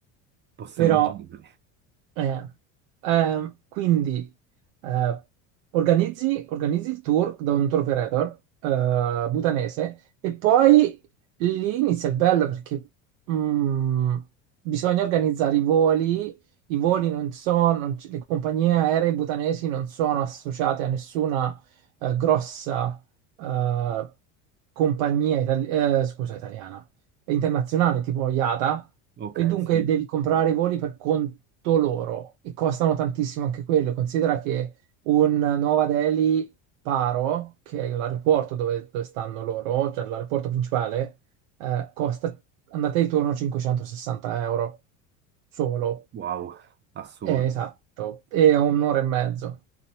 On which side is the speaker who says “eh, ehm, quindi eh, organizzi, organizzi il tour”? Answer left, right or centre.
Right